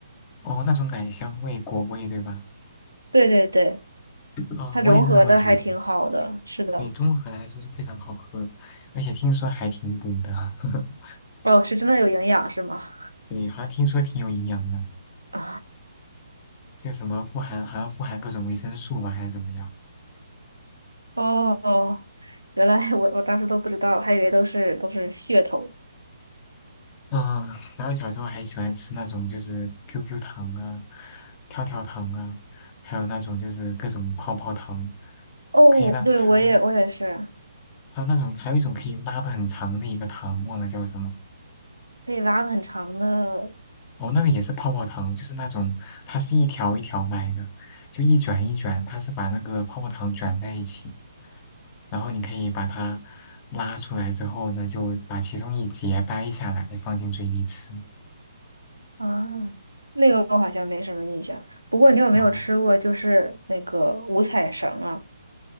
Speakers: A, on the left (about 25°); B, on the right (about 90°).
A: 哦，那种奶香味、果味，对吧？
B: 对对对，
A: 啊、
B: 它融合的还挺好的，
A: 我也是这么觉得。
B: 是的。
A: 对，综合来说就非常好喝，而且听说还挺补的。<laughs>
B: 哦，是真的有营养是吗？
A: 对，好像听说挺有营养的，
B: <laughs> 啊，
A: 就什么富含，好像富含各种维生素吧，还是怎么样？
B: 哦，原来我我当时都不知道，还以为都是都是噱头。
A: 嗯，然后小时候还喜欢吃那种就是 QQ 糖啊、跳跳糖啊，还有那种就是各种泡泡糖，
B: 哦，
A: 可以让还
B: 对，我也我也是，
A: 还有那种还有一种可以拉的很长的一个糖，忘了叫什么。
B: 可以拉的很长的
A: 哦，那个也是泡泡糖，就是那种它是一条一条卖的，就一卷一卷，它是把那个泡泡糖卷在一起，然后你可以把它拉出来之后呢，就把其中一节掰下来放进嘴里吃。
B: 啊，那个我好像没什么印象。不过你有没有吃过就是那个五彩绳啊？
A: 哦，